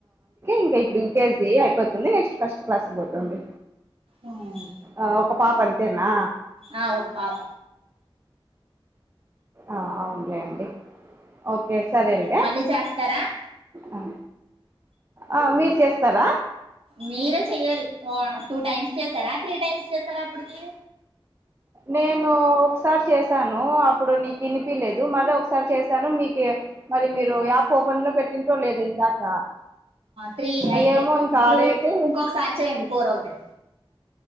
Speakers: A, on the right; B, on the right.
A: ఇంకా ఇప్పుడు వికేజీ అయిపోతుంది నెక్స్ట్ ఫస్ట్ క్లాస్ పోతుంది
B: ఉమ్.
A: ఆ ఒక పాప అని తేనా
B: ఆ, ఒక పాప
A: ఆ అవునులే అండి ఓకే సరేలే
B: మళ్ళీ చేస్తారా
A: ఆ ఆ మీరు చేస్త తార
B: మీరే చెయ్యాలి టూ టైమ్స్ చేసారా త్రీ టైమ్స్ చేసారా అప్పటికి
A: నేను ఒకసారి చేశాను అప్పుడు నీకు వినిపిలేదు మర ఒకసారి చేశాను మీకు మరి మీరు యాప్ ఓపెన్ లో పెట్టిో లేదు ఇందాక
B: త్రీ అయితే
A: ఏమో ఇంకా
B: ఇప్పుడు
A: ఆడ అయితే
B: ఇంకొకసారి చేయండి ఫోర్ అవుతాయి